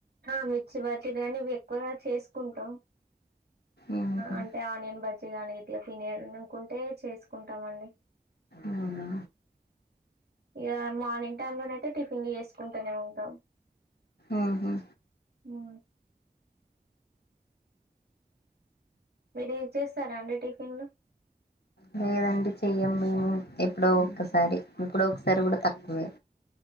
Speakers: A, on the right; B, on the left.
A: ఆ మిర్చి బజ్జీలు కానీ అవి ఎక్కువగా చేసుకుంటాం
B: ఉహు.
A: అంటే ఆనియన్ బజ్జి గాని ఇట్లా తినాలనుకుంటే చేసుకుంటామండి
B: అవునా
A: ఇక మార్నింగ్ టైమ్లోనయితే టిఫిన్లు చేసుకుంటనే ఉంటం
B: ఆహా
A: మా మీరు ఇది చేస్తరా అండి టిఫిన్లు
B: లేదండి చెయ్యం మేము ఎప్పుడో ఒకసారి ఎప్పుడో ఒకసారి కూడా తక్కువే